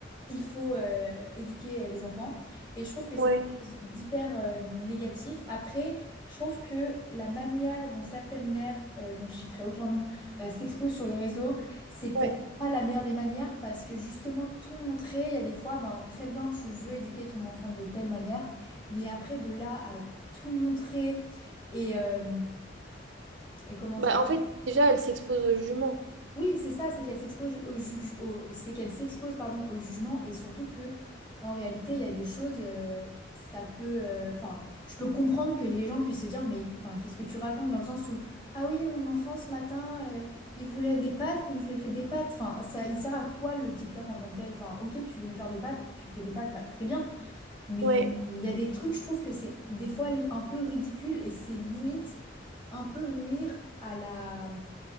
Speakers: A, on the left; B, on the right.
A: il faut euh, éduquer euh, les enfants et je trouve que c'est
B: Ouais,
A: quelque chose d'hyper euh, négatif. Après, je trouve que la manière dont certaines mères, euh, dont je citerai aucun nom, euh, s'exposent sur les réseaux, c'est peut-être
B: ouais.
A: pas la meilleure des manières parce que justement tout montrer, il y a des fois, ben très bien, tu veux éduquer ton enfant de telle manière, mais après de là à tout montrer et, euh, et comment
B: Bah,
A: dire?
B: en fait, déjà, elle s'expose aux juments.
A: Oui, c'est ça, c'est qu'elle s'expose au juge, au- c'est qu'elle s'expose, pardon, au jugement et surtout que, en réalité, il y a des choses, euh, ça peut, euh, enfin, je peux comprendre que les gens puissent se dire, mais, enfin, qu'est-ce que tu racontes dans le sens où, ah oui, mon enfant ce matin, euh, il voulait des pâtes, donc je lui ai fait des pâtes. Enfin, ça, il sert à quoi le TikTok en tant que tel? Enfin, ok, tu veux lui faire des pâtes, tu lui fais des pâtes, bah très bien. Mais
B: Ouais,
A: il y a des trucs, je trouve que c'est des fois un peu ridicule et c'est limite un peu nuire à la,